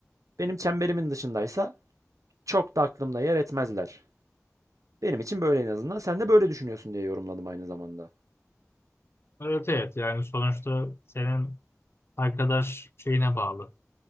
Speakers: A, on the right (about 80°); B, on the left (about 50°).
A: benim çemberimin dışındaysa çok da aklımda yer etmezler. Benim için böyle en azından. Sen de böyle düşünüyorsun diye yorumladım aynı zamanda.
B: Evet evet yani sonuçta senin arkadaş şeyine bağlı.